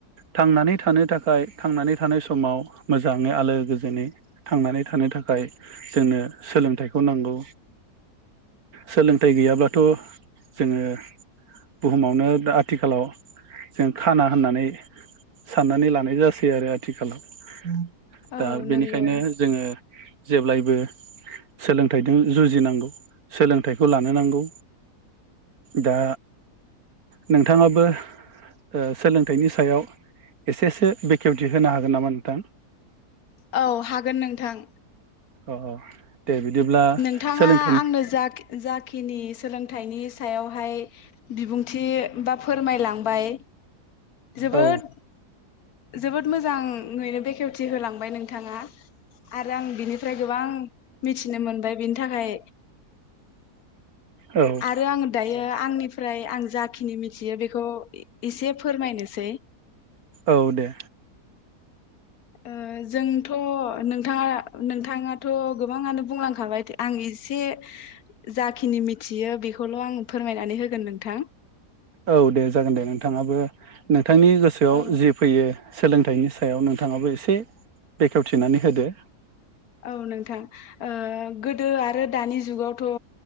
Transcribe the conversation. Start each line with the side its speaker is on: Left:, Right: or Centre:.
Right: थांनानै थानो थाखाय थांनानै थानाय समाव मोजाङै आलो गोजोनै थांनानै थानो थाखाय जोंनो सोलोंथाइ खौ नांगौ सोलोंथाइ गैयाब्लाथ जोङो बुहुमावनो दा आथिखालाव जों खाना होननानै साननानै लानाय जासै आरो आथिखालाव
Left: औ
Right: दा बेनिखायनो
Left: नंगौ।
Right: जोङो जेब्लायबो सोलोंथाइदों जुजिनांगौ सोलोंथाइखौ लानो नांगौ दा नोंथाङाबो ओ सोलोंथाइनि सायाव एसेसो बेखेवथि होनो हागोन नामा नोंथां?
Left: औ हागोन नोंथां
Right: अ दे बिदिब्ला
Left: नोंथाङा
Right: सोलोंथाइनि
Left: आंनो जा-जाखिनि सोलोंथाइनि सायावहाय बिबुंथि बा फोरमायलांबाय जोबोद
Right: औ
Left: जोबोद मोजाङैनो बेखेवथि होलांबाय नोंथाङा आरो आं बिनिफ्राय गोबां मिथि थिनो मोनबाय बिनि थाखाय
Right: औ
Left: आरो आं दायो आंनिफ्राय आंज जाखिनि मिथियो बेखौ ऐ-एसे फोरमायनोसै
Right: औ दे
Left: ओ जोंथ' नोंथाङा नोंथाङाथ गोबाङानो बुंलांखाबाय आं एसे जाखिनि मिथियो बेखौल आं फोरमायनानै होगोन नोंथां।
Right: औ दे जागोन दे नोंथाङाबो नोंथांनि गोसोआव
Left: औ
Right: जि फैयो सोलोंथाइनि सायाव नोंथाङाबो एसे बेखेवथिनानै होदो।
Left: औ नोंथां ओ गोदो आरो दानि जुगाव थ